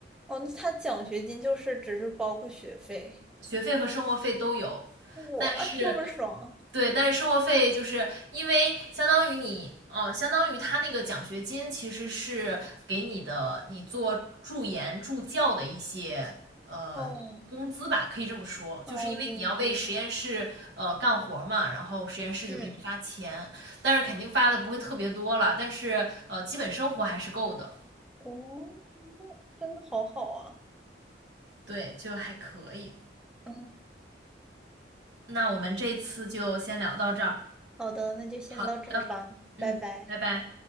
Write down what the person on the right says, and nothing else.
学费和生活费都有，但是
对，但是生活费就是因为相当于你，呃，相当于他那个奖学金其实是给你的，你做助研助教的一些呃工资吧，
可以这么说，
就是因为你要为实验室呃干活嘛，
然后实验室就给你发钱，
但是肯定发的不会特别多了，但是呃基本生活还是够的，
对，就还可以。
那我们这次就先聊到这儿，
好的，嗯，
拜拜。